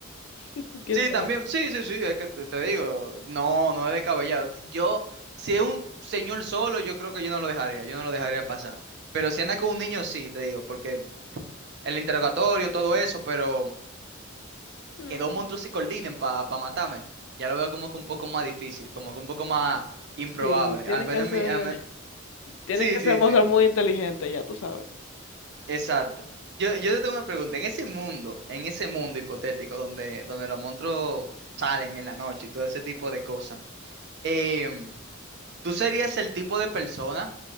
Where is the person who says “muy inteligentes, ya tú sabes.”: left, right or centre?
Left